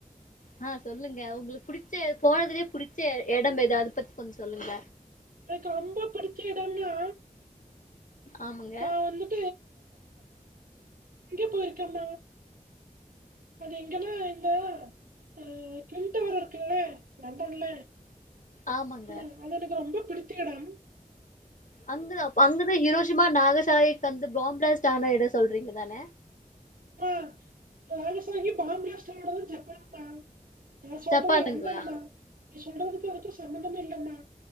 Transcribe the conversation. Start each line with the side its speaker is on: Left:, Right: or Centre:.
Left: ஹ சொல்லுங்க உங்ளுக்கு புடிச்ச போனதுலே புடிச்ச இடம் எது அது பத்தி கொஞ்சோ சொல்லுங்க
Right: எனக் ரெம்ப புடிச்ச இடம் நா
Left: ஆமாங்க
Right: நா வந்து இங்க போயிருக்கம்மா அது எங்கன்னா இந்த அ கின்டவர் இருக்குல லண்டன்ல
Left: ஆமங்க
Right: ஆமா அது எனக்கு ரொம்ப பிடித்த எடம்
Left: அங்கதா அங்கதா ஹிரோஷிமா நாகசாய்க்கு வந்து பாம்ப்ளாஸ்ட் ஆனா எடம் சொல்றீங்க தான
Right: அ நாகசாகிப் பாம்பிளாஸ்ட்டு ஆன எடோ ஜப்பான் தான நா சொல்றது
Left: ஜப்பானுங்களா
Right: லண்டன்னுமா நீ சொல்றதுக்கோ அதுக்கு சம்பந்தமே இல்லம்மா